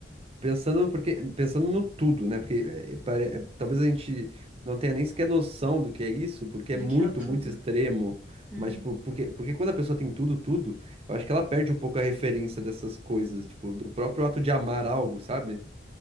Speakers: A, on the right; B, in the centre.
A: Pensando, porque, pensando no tudo, né? Porque é, é, pare- é, talvez a gente não tenha nem sequer noção do que é isso, porque
B: Do
A: é muito,
B: que é o tudo.
A: muito extremo.
B: Uhum.
A: Mas, tipo, porque, porque quando a pessoa tem tudo, tudo, eu acho que ela perde um pouco a referência dessas coisas, tipo, do próprio ato de amar algo, sabe?